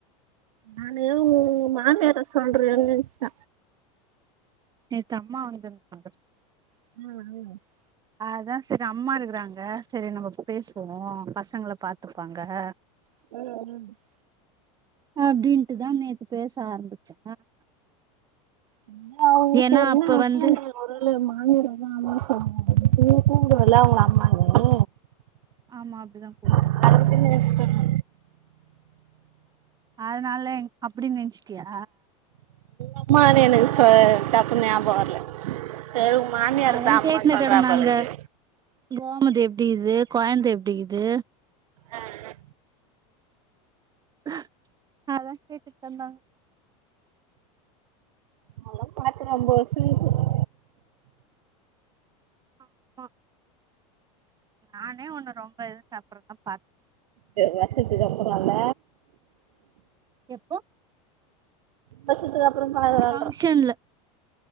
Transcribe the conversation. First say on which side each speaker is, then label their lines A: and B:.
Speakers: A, on the right; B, on the right.
A: நானு உ மாமியார சொல்ரேனு நினச்சட்ட
B: நேத்து அம்மா வந்திரு தாங்க
A: <unintelligible>
B: அதான் சேரி அம்மா இருக்றாங்க சேரி நம்ப பேசுவோ பசங்கள பாத்துப்பாங்க <inaudible>
A: <unintelligible>
B: அப்டின்ட்டுதா நேத்து பேச ஆரம்பிச்சே
A: <unintelligible>
B: ஏன்னா அப்ப வந்து
A: குரலு மாமியார் தான் அம்மா சொன்னு கூப்டுவல அவுங்க அம்மானு
B: ஆமா அப்டிதான் கூப்டு
A: அதுக்குன்னு
B: அதனால அப்டின்னு நெனச்சிட்டியா
A: அம்மானு எனக்கு ட டக்குனு ஞாபம் வர்ல சேர் உ மாமியார
B: அதா
A: தா அம்மானு
B: கேட்டுனு
A: சொல்றபோலக்குது
B: கெடந்தாங்க கோமதி எப்டிக்து கொழந்த எப்டிக்து
A: ஆ ஆ
B: அ அதான் கேட்டி தந்தாங்க
A: அதல்லா பாத்து ரொம்ப வருஷதுக்கு போனு
B: ஆமா நானே ஒன்ன ரொம்ப இது அப்ரந்தா பாத்த
A: சில வருசத்துக் அப்பரோல்ல
B: எப்போ
A: வருஷத்துக்கு அப்புற பழகுறோன்ற
B: ஃபங்க்ஷன்ல